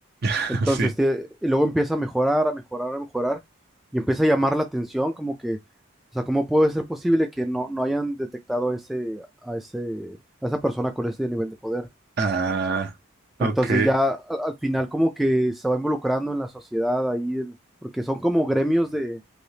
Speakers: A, on the right (about 50°); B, in the centre.
A: <laughs>
B: Entonces,
A: Sí.
B: tie- y luego empieza a mejorar, a mejorar, a mejorar, y empieza a llamar la atención, como que, o sea, ¿cómo puede ser posible que no, no hayan detectado ese, a ese, a esa persona con ese nivel de poder?
A: Ah,
B: Entonces
A: ok.
B: ya al, al final como que se va involucrando en la sociedad ahí, el- porque son como gremios de,